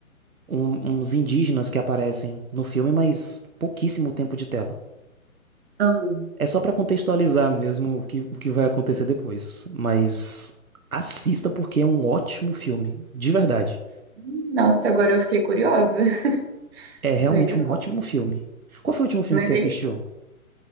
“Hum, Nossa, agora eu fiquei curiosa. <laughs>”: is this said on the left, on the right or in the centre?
Right